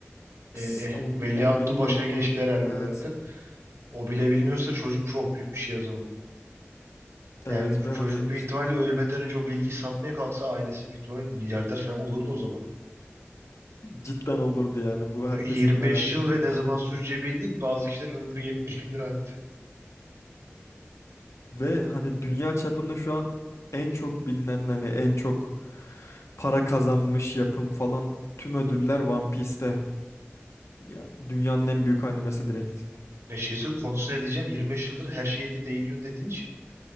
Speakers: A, on the right; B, on the left.
A: E,
B: Ts-
A: e,
B: Onu,
A: Veliaht
B: onu bilmiyorum
A: Baş'a
B: ama
A: geçti herhalde
B: evet.
A: zaten. O bile bilmiyorsa çocuk çok büyük bir şey o zaman. Yani
B: Evet
A: çocuk
B: ve hani
A: büyük ihtimalle ölmeden önce o bilgiyi satmaya kalksa ailesi büyük ihtimalle milyarder falan olurdu o zaman.
B: cidden olurdu yani. Bu herkesin
A: Çünkü 25
B: merak
A: yıl
B: ettiği
A: ve ne
B: bir şey.
A: zaman süreceği belli değil. Bazı kişilerin ömrü yetmeyebilir abi de.
B: Ve hani dünya çapında şu an en çok bilinen hani en çok para kazanmış yapım falan tüm ödüller One Piece'te. Yani dünyanın en büyük animesi direkt.
A: Ne şeyse konusu ne diyeceğim 25 yıldır her şeye de değiniyor dediğin için.